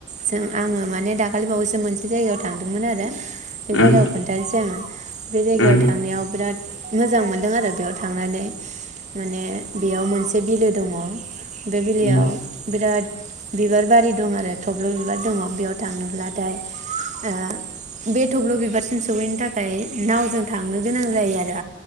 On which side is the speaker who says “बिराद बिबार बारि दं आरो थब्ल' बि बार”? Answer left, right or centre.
Right